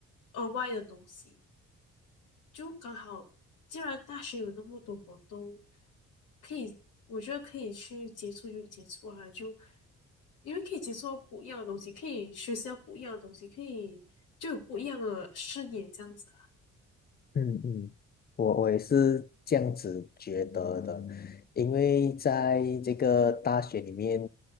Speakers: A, on the left; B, on the left.
A: 额外的东西。就刚好，既然大学有那么多活动，可以，我觉得可以去接触就接触啊，就因为可以接触到不一样的东西，可以学习到不一样的东西，可以就有不一样的视野这样子啊。
B: 嗯嗯，我我也是这样子觉得的，因为在这个大学里面，